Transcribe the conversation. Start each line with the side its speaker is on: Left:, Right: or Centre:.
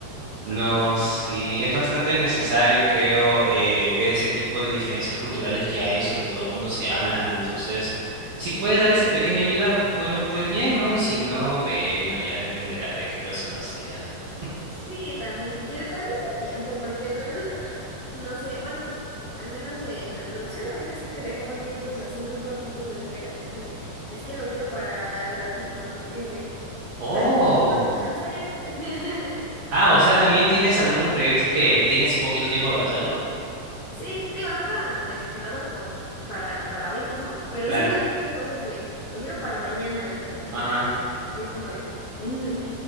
Right: No,
Left: Ah, entonces,
Right: sí, es bastante necesario, creo, eh, ver ese tipo de diferencias culturales que hay, sobre todo cuando se hablan. Entonces, si puedes dar esa pequeña ayuda, bueno, pues bien, ¿no? Y si no, bueno, ya dependerá de qué persona seas, ¿no?
Left: sí, también. Y de- también del tiempo, porque luego No sé, bueno, al menos en la traducción a veces sí te dejaban tiempos así muy cortitos de entrega, así de, es que lo quiero para al ratito, ¿no? Es de,
Right: Oh,
Left: ay, dame chance. <laughs>
Right: ah, o sea, también tienes algunos proyectos que tienes poquito tiempo para hacerlo.
Left: Sí, digo, no tan exagerado como para, para hoy mismo, pero
Right: Claro,
Left: sí me han dicho cosas de, lo quiero para mañana, o sea,
Right: ajá,
Left: y es como de, <laughs>